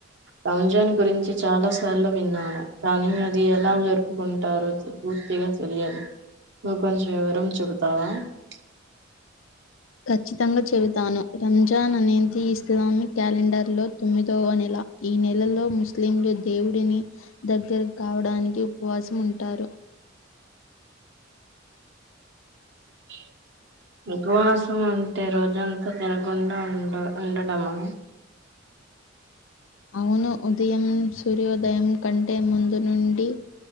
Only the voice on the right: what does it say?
రంజాన్ గురించి చాలా సార్లు విన్నాను. కానీ అది ఎలా జరుపుకుంటారో సు గుర్. తియంస్ తెలియదు నువ్వు కొంచం వివరం చేబుతావా ప్చ్.
<unintelligible> ఉపవాసం అంటే రోజంతా తినకుండా ఉండ ఉండడమా.